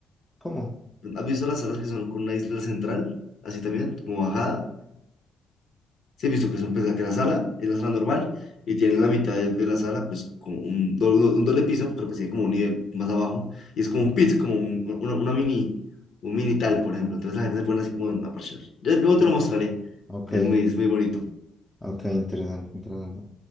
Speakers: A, in the centre; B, on the left (about 60°).
A: ¿cómo?
B: ¿has visto las salas que son con una isla central? Así también, como bajada. Sí, he visto que son, pues, la que la sala es la sala normal y tienen la mitad de, de la sala, pues, como un, do- un doble piso, pero pues tiene como un nivel más abajo. Y es como un pit, como un- una, una mini, un mini tal, por ejemplo. Entonces la gente se pone así como a parchar. Yo luego
A: Sí.
B: te lo mostraré.
A: Ok,
B: Es muy, es muy bonito.
A: ok, interesante, interesante.